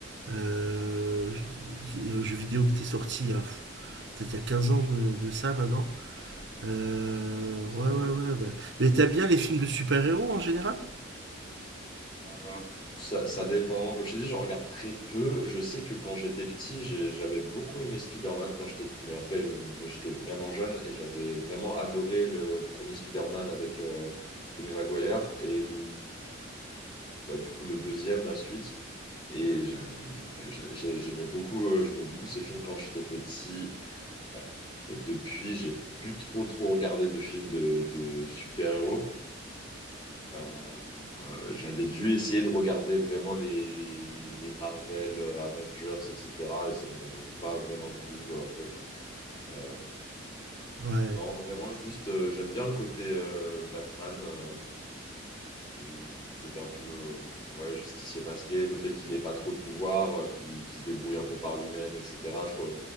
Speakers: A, on the right; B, on the left.
A: euh, euh, j- le jeu vidéo qui était sorti il y a pff, peut-être il y a 15 ans de, de ça maintenant. Euh,
B: Ça, ça
A: ouais,
B: date
A: ouais,
B: un peu.
A: ouais. bah. Mais t'aimes bien les films de super-héros en général?
B: Euh, ça, ça dépend. Comme je t'ai dit, j'en regarde très peu. Je sais que quand j'étais petit, j'ai- j'avais beaucoup aimé Spider-Man quand j'étais, mais après, euh, j'étais vraiment jeune et j'avais vraiment adoré le premier Spider-Man avec euh, Tobey Maguire et le, bah, du coup, le deuxième, la suite. Et j'a- j'a- j'a- j'aimais beaucoup, euh, j'aimais beaucoup ces films quand j'étais petit. Euh, depuis, j'ai plus trop trop regardé de films de, de super-héros. Euh, euh, j'avais dû essayer de regarder vraiment les, les Marvel, euh, Avengers, etc. Et ça ne m'avait pas vraiment plu, je dois avouer. Euh,
A: Ouais.
B: non, vraiment, juste, euh, j'aime bien le côté euh, Batman, euh, le côté un peu euh, ouais, justicier masqué, le fait qu'il n'ait pas trop de pouvoir, euh, qu'il qu'il se débrouille un peu par lui-même, etc. Je trouve,